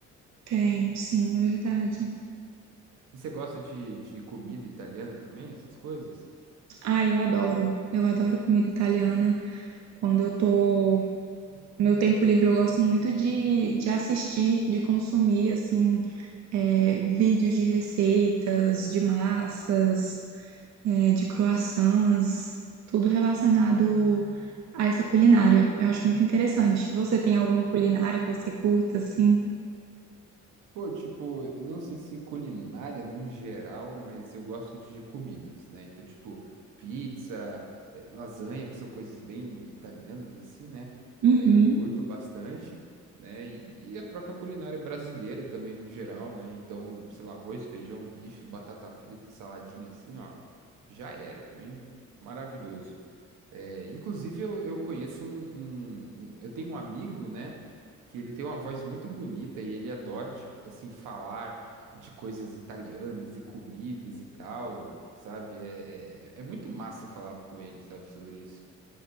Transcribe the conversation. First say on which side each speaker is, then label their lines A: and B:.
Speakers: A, on the right; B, on the right.
A: Tem, sim, é verdade.
B: E você gosta de, de comida italiana também, essas coisas?
A: Ah, eu adoro. Eu adoro comida italiana. Quando eu tô no meu tempo livre, eu gosto muito de, de assistir, de consumir, assim, é, vídeos de receitas, de massas, é, de croissants, tudo relacionado a essa culinária. Eu acho muito interessante. Você tem alguma culinária que você curta, assim?
B: Pô, tipo, eu não sei se culinária num geral, mas eu gosto de comidas, né? Então, tipo, pizza, eh, lasanha, que são coisas bem italianas, assim, né?
A: Uhum.
B: Eh, eu curto bastante, né? E e a própria culinária brasileira também no geral, né? Então, sei lá, arroz, feijão, bife, batata frita e saladinha assim, ó. Já era, pra mim, maravilhoso. É, inclusive, eu, eu conheço um, um- um- Eu tenho um amigo, né? Que ele tem uma voz muito bonita e ele adora, tipo, assim, falar de coisas italianas e comidas e tal, sabe? É, é, é é muito massa falar com ele, sabe, sobre isso.